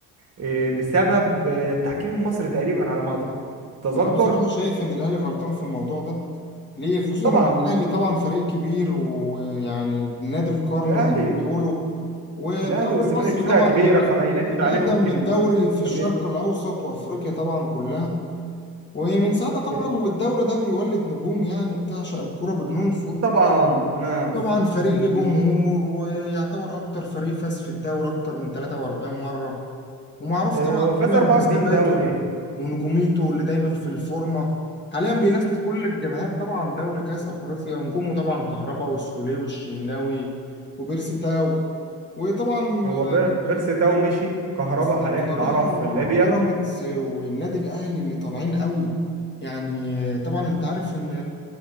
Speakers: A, on the right; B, on the left.
A: آه، بسبب آه، التحكيم المصري تقريبا على ما اتذكر
B: انا بصراحه شايف ان الاهلي غلطان في الموضوع ده ليه خصوصا
A: طبعا
B: ان الاهلي طبعا فريق كبير ويعني نادي القرن
A: الاهلي
B: زي ما بيقولوا والدوري
A: الاهلي والزمالك
B: المصري
A: فرقه
B: طبعا
A: كبيره
B: من
A: فما يلاقش
B: من
A: عليهم
B: اقدم
A: كل
B: الدوري في الشرق
A: فما-
B: الاوسط وافريقيا طبعا كلها ومن ساعتها طبعا
A: آه،
B: والدوري ده بيولد نجوم يعني بتعشق الكرة بجنون
A: طبعا انا
B: طبعا فريق
A: بالنسبه
B: ليه جمهور ويعتبر اكتر فريق فاز في الدوري اكتر من 43 مرة ومعروف
A: آه،
B: طبعا
A: هو فاز
B: دايما
A: 44
B: بثباته
A: دوري
B: ونجوميته اللي دايما في الفورمة حاليا بينافس كل الجبهات طبعا دوري كاس افريقيا نجومه طبعا كهربا والسوليه والشناوي وبيرسي تاو وطبعا
A: هو
B: يعني
A: بير- بيرسي تاو مشي كهربا
B: بس
A: حاليا
B: بصراحة
A: اعاره في ليبيا
B: بيراميدز والنادي الأهلي اللي طالعين قوي يعني طبعا أنت عارف إن